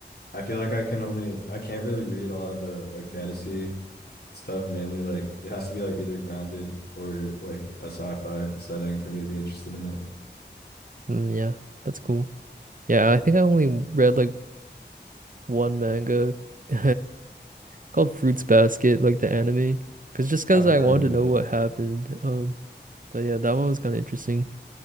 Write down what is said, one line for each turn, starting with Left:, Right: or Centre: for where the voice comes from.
Left: I feel like I can only I can't really read a lot of the like fantasy stuff mainly. Like it has to be like either grounded or like a sci-fi setting for me to be interested in it.
Right: Mm, yeah. That's cool. Yeah, I think I only read like one manga <laughs> called Fruits Basket, like the anime, because just because
Left: I've
Right: I
Left: heard
Right: wanted
Left: of
Right: to know
Left: it.
Right: what happened. Um, but yeah, that one was kind of interesting.